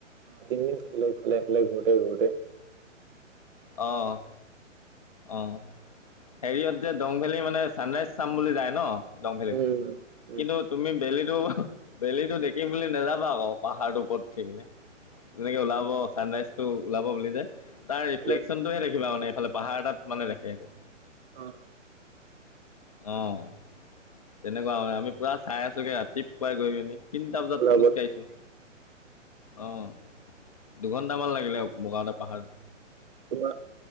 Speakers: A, on the right (about 45°); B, on the left (about 30°).
A: তিনিদিন থাকিলে ইফালে সিফালে ঘূৰোতে-ঘূৰোতে।
B: অ'। অ'। হেৰি য়ত যে ডং ভেলী মানে ছানৰাইজ চাম বুলি যায় ন'? ডং ভেলীত।
A: উম উম।
B: কিন্তু তুমি বেলি টো- বেলিটো দেখিম বুলি নাযাবা আকৌ পাহাৰটোৰ ওপৰত উঠি কেনে। তেনেকে ওলাব চানৰাইজটো ওলাব বুলি যে, তাৰ ৰিফ্লেকচনটোহে
A: আৰু
B: দেখিবা মানে এইফালে পাহাৰ এটাত মানে দেখে এইটো।
A: অ'।
B: অ'। তেনেকুৱা হয়। আমি পূৰা চাই আছোঁগে ৰাতিপুৱাই গৈকেনি। তিনিটা বজাত
A: ওলাব
B: খোজকাঢ়িছোঁ,
A: অ
B: অ'। দুঘন্টামান লাগিলে বগাওটে পাহাৰ।
A: তোমাৰ